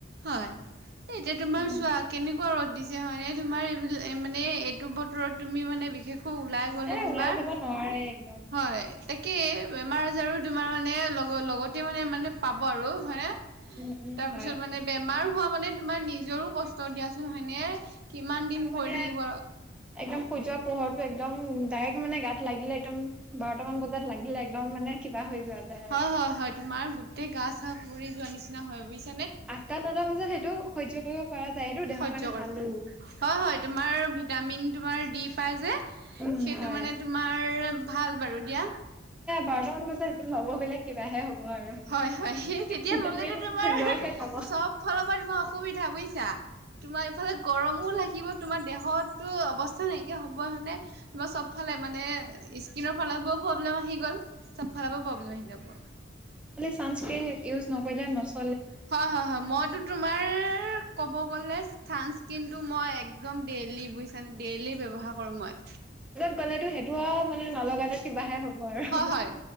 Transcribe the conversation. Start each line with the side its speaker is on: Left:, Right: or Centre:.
Right: হয় এ এতিয়া তোমাৰ
Centre: উম
Right: চোৱা কেনেকুৱা ৰদ দিছে হয় নে তোমাৰ এইবিলাক। মানে এইটো বতৰত তুমি মানে বিশেষ। ওলাই গলে
Centre: এ
Right: তোমাৰ
Centre: ওলাই যাব নোৱাৰে একদম
Right: হয়। এক বেমাৰ আজাৰো তোমাৰ মানে লগ লগত। মানে মানে পাব আৰু হয়নে
Centre: উম উম
Right: তাৰ
Centre: হয়
Right: পিছত মানে বেমাৰ হোৱা মানে তোমাৰ নিজৰ কষ্ট। কষ্ট দিয়াচোন হয়নে কিমান দিন
Centre: আৰু মানে
Right: পৰি থাকিব।
Centre: একদম সূৰ্যৰ পোহৰটো একদম ডাইৰেক্ট মানে গাত লাগিলে একদম বাৰট মান বজাত লাগিলে একদম মানে কিবা হৈ। যোৱা যায়
Right: হয়
Centre: আৰু
Right: হয় হয় তোমাৰ গোটেই গা চা পুৰি যোৱা নিচিনা হয় বুজিছ।
Centre: আঠটা, নটা বজাত সেইটো সহ্য কৰিব পৰা যায় সেইটো দেহৰ
Right: সহ্য
Centre: কাৰণে
Right: কৰে।
Centre: ভালো
Right: হয়, হয় তোমাৰ ভিটামিন তোমাৰ দি পাই যে
Centre: উম
Right: সেইটো
Centre: হয়
Right: মানে তোমাৰ ভাল বাৰু দিয়া।
Centre: বাৰটা মান বজাত সেইটো লব গ'লে কিবাহে হ'ব। আৰু
Right: হয়, হয় সেই তেতিয়া
Centre: ভিটামিন
Right: ললেতো তোমাৰ
Centre: লৈহে
Right: চব
Centre: যাব হয়
Right: ফালৰ পৰা তোমাৰ অসুবিধা বুজিছা। তোমাৰ এইফালে গৰমো লাগিব তোমাৰ দেহত। তটো অৱস্থা নাইকিয় হ'বই হয়নে, তোমাৰ চব ফালে মানে স্কিনৰ ফালৰ পৰাও প্ৰব্লেম আহি গ'ল। চবফালৰ পৰা প্ৰব্লেম আহি যাব।
Centre: ছানস্ক্ৰীন ইউজ নকৰিলে নষ্ট।
Right: হয় হয় হয়, মইতো তোমাৰ ক'ব গলে চানস্কীন। টো মই একদম ডেইলি বুজিছা নে, ডেইলি ব্যৱহাৰ কৰো মই।
Centre: ক'লেতো সেইটো আৰু মানে নলগালে কিবাহে হ'ব আৰু।
Right: হয় হয়